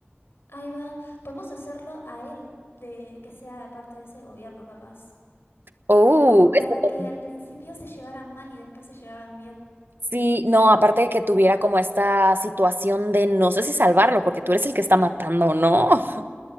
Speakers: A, on the left; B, on the right.
A: Ahí va, podemos hacerlo a él de que sea parte de ese gobierno capaz,
B: Oh,
A: como para
B: eso.
A: que al principio se llevaran mal y después se llevaran bien.
B: sí, no, aparte de que tuviera como esta situación de no sé si salvarlo, porque tú eres el que está matando, ¿no? <laughs>